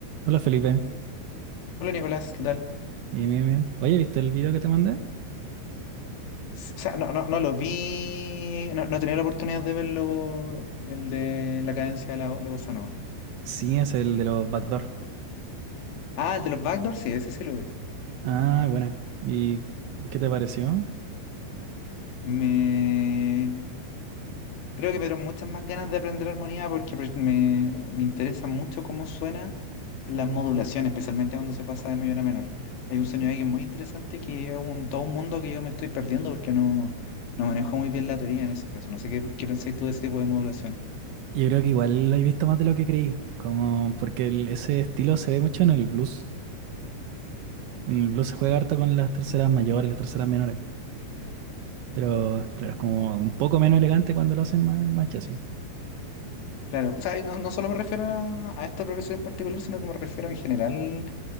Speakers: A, on the right (about 75°); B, on the left (about 70°).
A: Hola Felipe,
B: Hola Nicolás, ¿qué tal?
A: bien, bien, bien. Oye, ¿viste el video que te mandé?
B: S- O sea, no, no, no lo vi, no, no he tenido la oportunidad de verlo, el de la cadencia de, la, de Bossa Nova.
A: Sí, es el de los backdoor.
B: Ah, el de los backdoors, sí, ese sí lo vi.
A: Ah, bueno. ¿Y qué te pareció?
B: Me... Creo que me dieron muchas más ganas de aprender armonía porque pues, me, me interesa mucho cómo suena las modulaciones, especialmente cuando se pasa de mayor a menor. Hay un sonido ahí que es muy interesante, que es un, todo un mundo que yo me estoy perdiendo porque no, no manejo muy bien la teoría en ese caso. No sé qué, qué pensáis tú de ese tipo de modulaciones.
A: Yo creo que igual lo he visto más de lo que creí, como porque el- ese estilo se ve mucho en el blues. En el blues se juega harto con las terceras mayores, las terceras menores, pero claro, es como un poco menos elegante cuando lo hacen más, más chasis.
B: Claro, o sea, y no, no solo me refiero a, a esta progresión en particular, sino que me refiero en general.